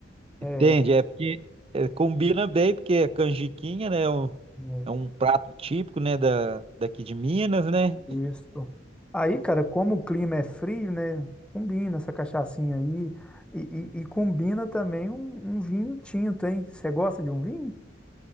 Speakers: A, in the centre; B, on the right (about 30°).
A: É,
B: entende? É porque é, combina bem, porque é canjiquinha, né? É um,
A: né,
B: é um prato típico, né? Da, daqui de Minas, né?
A: isso. Aí, cara, como o clima é frio, né? Combina essa cachaçinha aí. E, e- e combina também um, um vinho tinto, hein? Você gosta de um vinho?